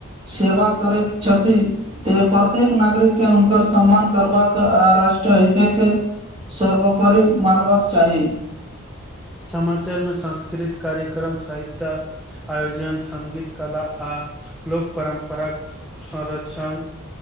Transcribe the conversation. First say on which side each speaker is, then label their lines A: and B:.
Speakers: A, on the right; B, in the centre.
A: सेवा करैत छथि। तऽ प्रत्येक नागरिक के हुनकर सम्मान करबाक राष्ट्रीय हिते के सर्वोपरि मानबाक चाही।
B: समाचार में संस्कृत कार्यक्रम संहिता आयोजन संगङगीत कला, आ लोक परम्पराक संरक्षण